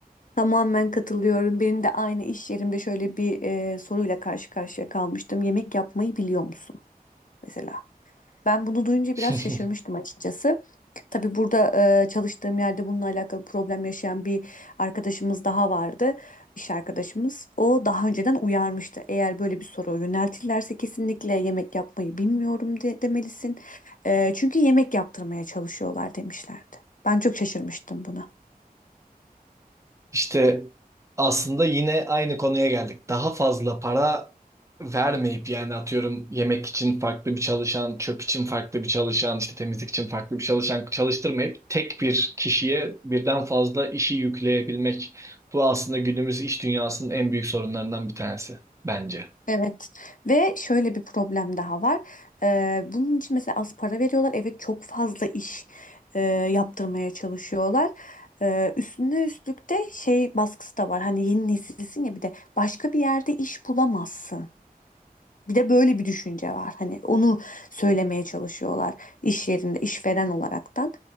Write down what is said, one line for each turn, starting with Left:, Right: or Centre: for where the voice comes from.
Left: Tamamen katılıyorum. Benim de aynı iş yerimde şöyle bir e, soruyla karşı karşıya kalmıştım. Yemek yapmayı biliyor musun mesela? Ben bunu duyunca
Right: <laughs>
Left: biraz şaşırmıştım açıkçası. Tabii burada e, çalıştığım yerde bununla alakalı problem yaşayan bir arkadaşımız daha vardı. iş arkadaşımız. O daha önceden uyarmıştı. Eğer böyle bir soru yöneltirlerse kesinlikle yemek yapmayı bilmiyorum de, demelisin. E, çünkü yemek yaptırmaya çalışıyorlar demişlerdi. Ben çok şaşırmıştım buna.
Right: İşte aslında yine aynı konuya geldik. Daha fazla para vermeyip yani atıyorum yemek için farklı bir çalışan, çöp için farklı bir çalışan, işte temizlik için farklı bir çalışan çalıştırmayıp tek bir kişiye birden fazla işi yükleyebilmek. Bu aslında günümüz iş dünyasının en büyük sorunlarından bir tanesi bence.
Left: Evet ve şöyle bir problem daha var. Ee, bunun için mesela az para veriyorlar. Evet çok fazla iş e, yaptırmaya çalışıyorlar. Ee, üstüne üstlük de şey baskısı da var. Hani yeni nesilsin ya bir de başka bir yerde iş bulamazsın. Bir de böyle bir düşünce var. Hani onu söylemeye çalışıyorlar iş yerinde, işveren olaraktan.